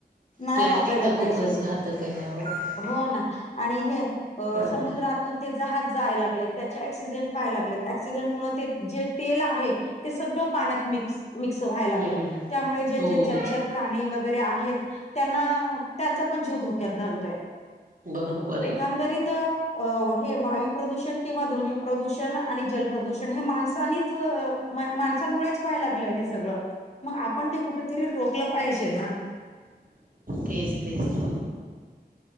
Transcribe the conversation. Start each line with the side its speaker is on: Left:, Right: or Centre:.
Left: नाही
Right: प्लाॅस्टिक
Left: वापरायला
Right: तर
Left: पाहिजे
Right: खूपच घातक आहे
Left: हो ना आणि हे
Right: पण आता
Left: समुद्रात ते जज जाय लागले त्याचे क्सिडेंट व्हायला लागले क्सिडेंट मु जे तेल आहे ते सगळं पाण्यात मिक्स मिक्स व्हायला
Right: हम्म.
Left: लागलंय त्यामुळे जे
Right: हो
Left: जे जलचर प्राणी वगैरे आहेत त्यांना त्यांचा पण जीव धोक्यात घालतोय
Right: बरोबर आहे
Left: एकंदरीत अ हे वायू प्रदूषण किंवा ध्वनी प्रदूषण आणि जल प्र्रदूषण हे माणसानीच मा मुळेच व्हाय लागलं हे सगळ मग आपण ते कुठेतरी रोखलं पाहिजे ना
Right: तेज तेज